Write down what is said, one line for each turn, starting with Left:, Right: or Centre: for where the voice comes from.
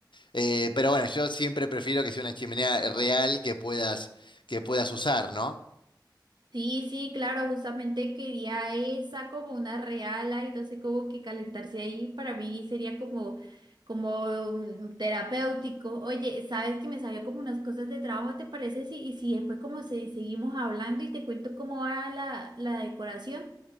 Left: Eh, pero bueno, yo siempre prefiero que sea una chimenea real que puedas, que puedas usar, ¿no?
Right: Sí, sí, claro, justamente quería esa como una reala y entonces como que calentarse ahí para mí sería como como mm, terapéutico. Oye, sabes que me salió como unas cosas de trabajo, ¿te parece? Si, y si después como se, seguimos hablando y te cuento cómo va la, la decoración.